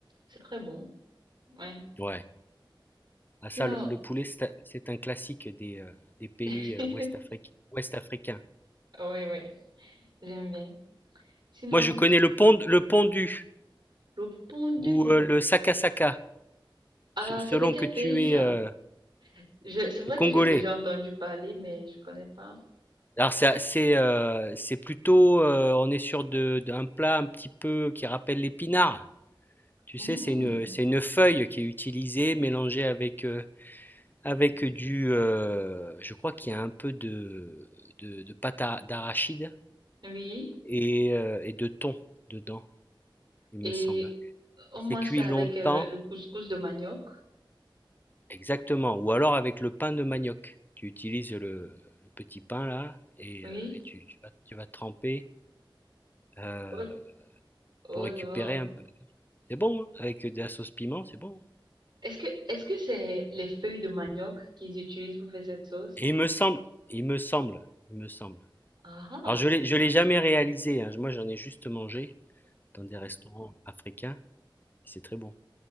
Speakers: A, on the right; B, on the left.
A: c'est très bon. Ouais.
B: Ouais. Ah ça,
A: Sinon,
B: le le poulet, c'est un c'est un classique des, heu, des pays,
A: <laughs>
B: heu, ouest afric ouest africains.
A: ouais, ouais, j'aime bien. Sinon,
B: Moi, je connais le pond le pondu
A: le pondu.
B: ou, heu, le sakasaka,
A: Ah,
B: se selon
A: c'est de quel
B: que tu
A: pays
B: es,
A: ça?
B: heu,
A: Je, c'est vrai
B: congolais.
A: que j'ai déjà entendu parler, mais je connais pas.
B: Alors c'est c'est, heu, c'est plutôt, heu, on est sur de d'un plat un petit peu qui rappelle l'épinard. Tu
A: Hmm,
B: sais, c'est une, c'est une feuille qui est utilisée, mélangée avec, heu Avec du, heu, je crois qu'il y a un peu de de de pâte à d'arachide
A: oui.
B: et heu et de thon dedans, il
A: Et
B: me semble.
A: on mange
B: C'est cuit
A: ça
B: longtemps
A: avec euh, le couscous de manioc.
B: exactement, ou alors avec le pain de manioc. Tu utilises le le petit pain là et
A: Oui.
B: heu et tu tu vas tu vas tremper, heu,
A: Oh, oh
B: pour récupérer
A: là.
B: un peu c'est bon, hein, avec de la sauce piment, c'est bon.
A: Est-ce que est-ce que c'est les feuilles de manioc qu'ils utilisent pour faire cette sauce?
B: Et il me semble il me semble il me semble.
A: Ah. ah.
B: Alors je l'ai je l'ai jamais réalisé, hein, moi j'en ai juste mangé dans des restaurants africains c'est très bon.